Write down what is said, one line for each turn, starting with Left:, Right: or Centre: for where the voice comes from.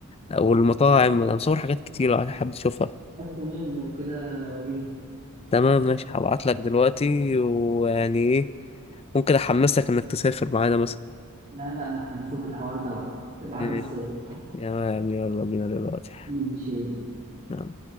Left: او المطاعم
Right: لا
Left: انا مصور حاجات كتير لو حابب تشوفها
Right: لا تمام لو كده وريني
Left: تمام ماشي هبعتلك دلوقتي ويعني ايه ممكن احمسك انك تسافر معانا
Right: لا لا ده احنا هنشوف الحوار ده بقى ابعت
Left: مثلا
Right: الصور
Left: تمام يلا بينا دلوقتي
Right: ماشي
Left: نعم